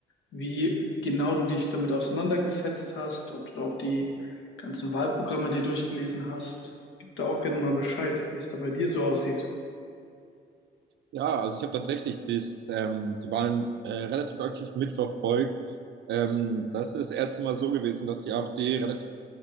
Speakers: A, on the left; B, on the right.
A: wie genau du dich damit auseinandergesetzt hast, ob du auch die ganzen Wahlprogramme dir durchgelesen hast. Gib da auch gerne mal Bescheid, wie es da bei dir so aussieht.
B: Ja, also ich habe tatsächlich das, ähm, die Wahlen äh, relativ aktiv mitverfolgt. Ähm, das ist das erste Mal so gewesen, dass die AfD relativ